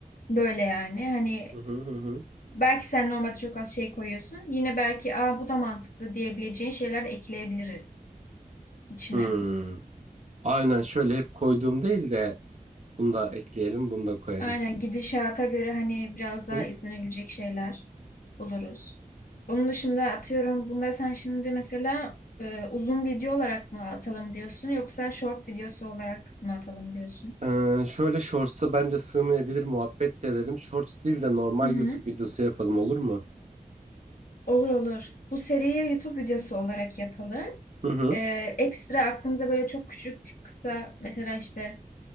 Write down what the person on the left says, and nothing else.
böyle yani. Hani
belki sen normalde çok az şey koyuyorsun. Yine belki aa bu da mantıklı diyebileceğin şeyler de ekleyebiliriz içine.
Aynen gidişata göre hani biraz daha
izlenebilecek şeyler buluruz. Onun dışında atıyorum bunları sen şimdi mesela e, uzun video olarak mı atalım diyorsun yoksa short videosu olarak mı atalım diyorsun?
Hı hı.
Olur olur. Bu seriye YouTube videosu olarak yapalım.
Ee, ekstra aklımıza böyle çok küçük kısa mesela işte